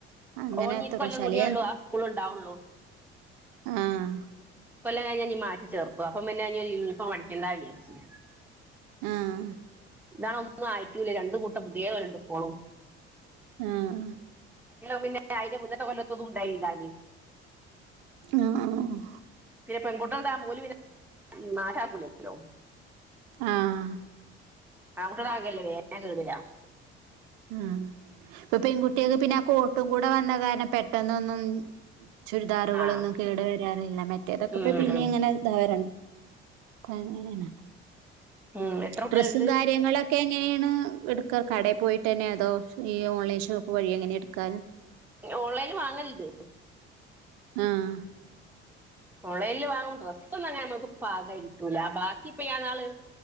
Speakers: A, on the right; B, in the centre.
A: അങ്ങനത്തെ
B: ഓിക്കല്ലം
A: പ്രശ്നം
B: കൂടിയേള്ളൂ
A: അല്ലേ
B: ആ സ്കൂള ഉണ്ടാവള്ളൂ
A: ആഹ്
B: കൊല്ലം കഴിഞ്ഞഞ്ീ മാറ്റി ചേർക്കു അപ്പൊ പിന്നെ ഇ ഒരുരു യൂണഫോം അടിക്കേണ്ടാ വിചർച്ച
A: ആഹ
B: എന്താണ് ഒന്നും ആയിട്ടൂല്ല രണ്ട കൂട്ടം പുതിയേ പോലണ്ട് ഇപ്പോളും
A: ആഹ
B: പിന്നെ അയിന്റെ മുന്നത്തെ കൊല്ലത്തൊന്നും ഉണ്ടായിന്തി
A: ആഹ്
B: പെങ്കുട്ട അന്താ പോലും പിന്നെ മാാക്കൂലല്ലോ
A: ആഹ
B: ആങ്ങട്ടടാഗല്ലേ വേഞൻ കേടില്ല
A: ഉം ഇപ്പൊ പെൺകുട്ടികക്ക് പിന്നെ ആ കോട്ടും കൂടെ വന്ന കാരണം പെട്ടന്നൊന്നും ചുരിദാറുകളൊന്നും
B: ആ
A: കേടു വരാറില്ല മറ്റേതൊക്കെ
B: ഉം
A: പോ പിന്നെ
B: ഉം
A: ഇങ്ങനെ ഇന്താരാണ് പണ എന്ന
B: ഉം എത്ര കുട്ടികളുണ്ട്
A: ഡ്രെസ്സും കാര്യങ്ങളൊക്കെ ഇങ്ങനെയാണ് എടുക്കാർ കടയിൽ പോയിട്ട് പന്നെ അതോ ഈ ഓൺലൈൻ ഷോപ്പ് വഴി എങ്ങനെ എടുക്കാറ്
B: ഓൺലൈന് വാങ്ങലിണ്ട്
A: ആഹ
B: ഓൺലൈനിൽ വാങ്ങും ഡ്രസ്സ ഒന്നും അങ്ങനെ നമുക്ക് പാകം കട്ടൂല ബാക്കിപ്പ നാള്